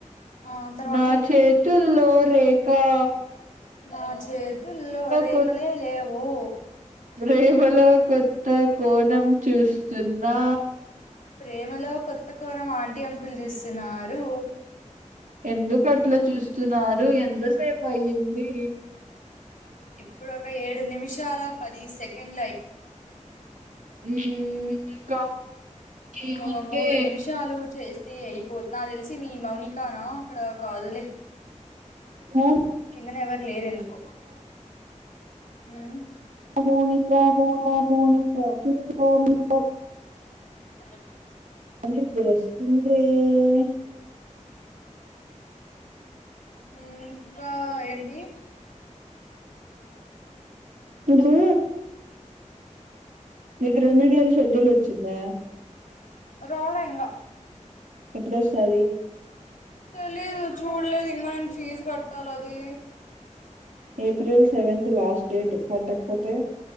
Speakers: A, on the left; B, on the right.
A: ఆ తర్వాత
B: నా చేతుల్లో రే కా
A: నా చేతుల్లో రేఖలే
B: కొ
A: లేవు ఓ
B: ప్రేమలో కొత్త కోణం చూస్తున్నా
A: ప్రేమలో కొత్త కోణం ఆంటీ అంకులు చూస్తున్నారు
B: ఎందు కట్లా చూస్తున్నారు ఎంతసేపు అయ్యిందీ
A: ఇప్పుడు ఒక ఏడు నిమిషాల పది సెకండ్లు అయ్
B: ఉమ్మ్ ఇంకా ఇంకేమంటే
A: ఉమ్ ఒక మూడు నిమిషాలు చేస్ యే అయిపోత్ నా తెలిసి మీ మౌనికా నా అక్కడ కాదులే
B: హు
A: కిందనే ఎవర్ లేరు ఎందుకో హుమ్
B: అమ్మో నీకు వామ్మో వామ్మో నీతో కిందికో మీదికో
A: సరే మమ్మీ
B: నిద్రొస్తుందే హె
A: ఉమ్ ఇంకా ఎం టీస్
B: టు డు మీకు రెమిడియన్ ఇస్ షెడ్యూల్ వచ్చిందా
A: రాలే ఇంగా
B: ఎప్పుడొస్తాది
A: తెలీదు చూడలేదు ఇంకా నేను ఫీజు కట్టాలి అది
B: ఏప్రిల్ సెవెన్త్ లాస్ట్ డేట్ కట్టకపోతే